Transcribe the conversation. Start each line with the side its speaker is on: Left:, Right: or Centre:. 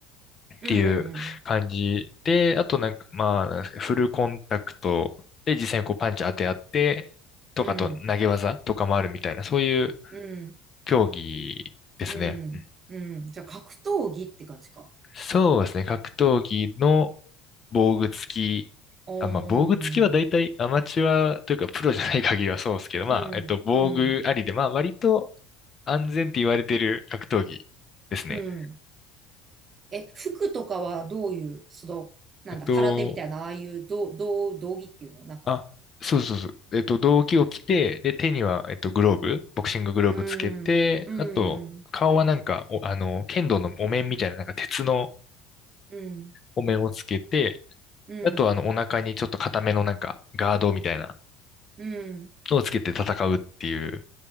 Left: っていう感じで、
Right: うん、うん、
Left: あとなんか、まあ、なんですか、フルコンタクトで実際にこうパンチ当て合って、とかあと投げ技とかもあるみたいな、
Right: うん、
Left: そういう
Right: うん、
Left: 競技ですね。
Right: うん、
Left: うん
Right: うん。じゃあ、格闘技って感じか。
Left: そうですね、格闘技の防具付き、
Right: おーん。
Left: あ、まあ、防具付きは大体アマチュアというかプロじゃない限りはそうですけど、まあ、
Right: うん、
Left: えっと、防具ありで、
Right: うん、
Left: まあ、割と安全って言われてる格闘技ですね。
Right: うん。え、服とかはどういう、その、なんだ、
Left: えっと、
Right: 空手みたいな、ああいう、どどう、道着っていうのなんか、
Left: あ、そうそうそう。えっと、道着を着て、で、手には、えっと、グローブ、ボクシンググローブつけて、
Right: うん、う
Left: あと、
Right: ん、
Left: 顔はなんか、おあの、剣道のお面みたいな、なんか鉄の
Right: うん、
Left: お面をつけて、
Right: うん、
Left: あと、あの、お腹にちょっと固めのなんか、ガードみたいな
Right: うん、
Left: のをつけて戦うっていう、